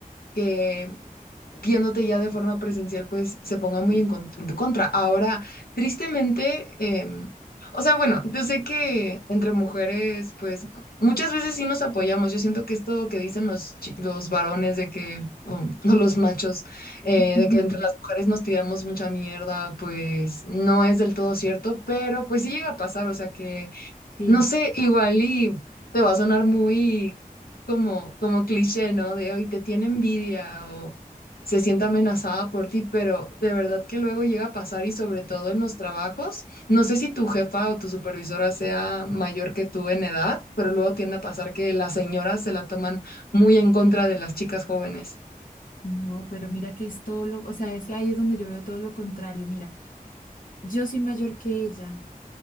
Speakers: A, on the left; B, on the left.
A: que viéndote ya de forma presencial, pues se ponga muy en, con- en tu contra. Ahora, tristemente, em, o sea, bueno, yo sé que entre mujeres, pues muchas veces sí nos apoyamos. Yo siento que esto que dicen los, chi- los varones de que, um, <laughs> o los machos, eh,
B: <laughs>
A: de que entre las mujeres nos tiramos mucha mierda, pues no es del todo cierto, pero pues sí llega a pasar, o sea que,
B: Sí,
A: no sé, igual y te va a sonar muy como, como cliché, ¿no? De hoy te tiene envidia o se siente amenazada por ti, pero de verdad que luego llega a pasar y sobre todo en los trabajos, no sé si tu jefa o tu supervisora sea mayor que tú en edad, pero luego tiende a pasar que las señoras se la toman muy en contra de las chicas jóvenes.
B: no, pero mira que es todo lo, o sea, es que ahí es donde yo veo todo lo contrario. Mira, yo soy mayor que ella,